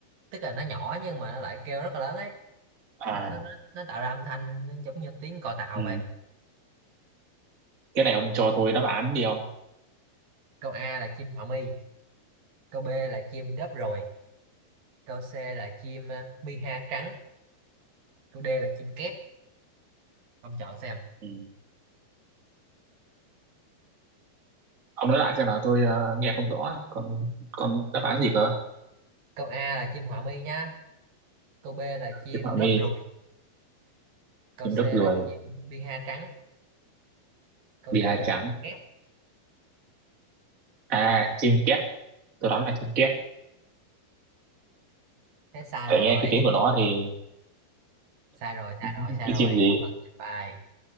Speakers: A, on the right (about 65°); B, on the right (about 25°).
A: tức là nó nhỏ nhưng mà nó lại kêu rất là lớn ấy
B: à
A: nó, nó, nó nó tạo ra âm thanh nó giống như tiếng còi tàu
B: ừ.
A: vậy
B: cái này ông cho tôi đáp án đi ông
A: câu A là chim họa mi câu B là chim đớp ruồi câu C là chim ờ, piha trắng câu D là chim két ông chọn xem
B: ừ. ông nói lại xem nào tôi ờ, nghe không rõ còn còn đáp án
A: không
B: gì cơ
A: câu A là chim họa mi nha câu B là chim
B: chim họa
A: đớp
B: mi
A: ruồi câu
B: chim đất
A: C là
B: ruồi
A: chim piha trắng câu
B: bia
A: D là
B: trắng
A: chim két
B: À, chim két. Tôi đoán là chim két.
A: thế sai
B: Tại
A: rồi
B: nghe cái tiếng của nó thì
A: sai rồi sai
B: <laughs>
A: rồi sai
B: cái
A: rồi
B: chim gì?
A: không cần bài